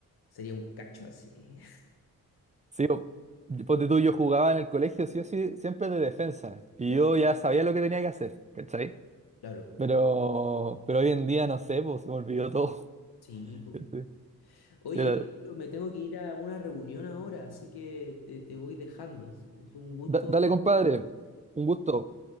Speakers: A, on the left (about 75°); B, on the right (about 20°).
A: Sería un cacho así. <laughs>
B: Sí, po. Yo- Ponte tú, yo jugaba en el colegio, sí o sí, siempre de defensa. Y
A: Ya.
B: yo ya sabía lo que tenía que hacer, ¿cachai?
A: Claro,
B: Pero, pero hoy en día no sé, pues se me olvidó todo.
A: sí, po.
B: <laughs> ¿cachai?
A: Oye,
B: Pero,
A: pero me tengo que ir a una reunión ahora, así que te, te voy dejando. Es un gusto
B: da- dale, compadre. Un gusto.